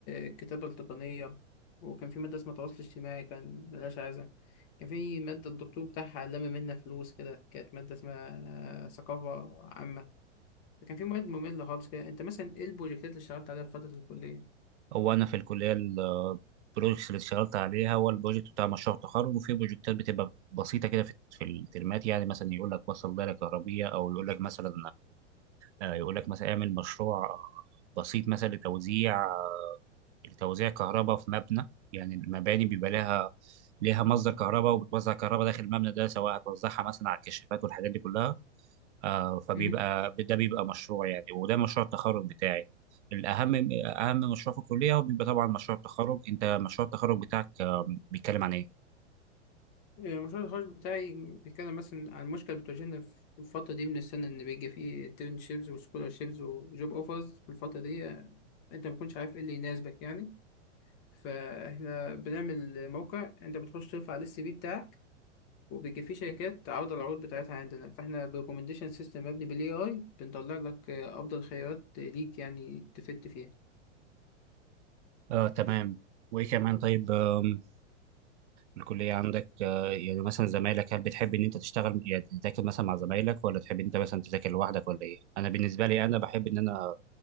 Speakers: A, on the left; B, on the right.
A: الكتابة التقنية وكان في مادة اسمها تواصل اجتماعي كان ملهاش عايزة كان في مادة الدكتور بتاعها لم منا فلوس كده كانت مادة اسمها ثقافة عامة فكان في مواد مملة خالص كده انت مثلا ايه البروجكتات اللي اشتغلت عليها في فترة الكلية؟
B: هو انا في الكليه البروجكتس اللي اشتغلت عليها هو البروجكت بتاع مشروع التخرج وفي بروجكتات بتبقى بسيطه كده في في الترمات يعني مثلا يقول لك وصل دايره كهربيه او يقول لك مثلا آه، يقول لك مثلا اعمل مشروع آه، بسيط مثلا لتوزيع لتوزيع كهرباء في مبنى يعني المباني بيبقى لها ليها مصدر كهرباء وبتوزع كهرباء داخل المبنى ده سواء هتوزعها مثلا على الكشافات والحاجات دي كلها آه، فبيبقى
A: مم.
B: ده بيبقى مشروع يعني وده مشروع التخرج بتاعي الأهم أهم مشروع في الكلية هو بيبقى طبعا مشروع التخرج أنت مشروع التخرج بتاعك آه، بيتكلم عن إيه؟
A: المشروع التخرج بتاعي بيتكلم مثلا عن مشكلة بتواجهنا في الفترة دي من السنة إن بيجي فيه internships وscholarships وجوب اوفرز في الفترة دي آه، أنت مبتكونش عارف ايه اللي يناسبك يعني فاحنا بنعمل موقع انت بتخش ترفع عليه السي في بتاعك وبيجي فيه شركات تعرض العروض بتاعتها عندنا فاحنا بريكومنديشن سيستم مبني بالاي اي بنطلع لك آه، افضل خيارات ليك يعني تفت فيها
B: آه تمام وإيه كمان طيب آم، الكلية عندك آه يعني مثلا زمايلك هل بتحب إن أنت تشتغل يعني تذاكر مثلا مع زمايلك ولا تحب أنت مثلا تذاكر لوحدك ولا إيه؟ أنا بالنسبة لي أنا بحب إن أنا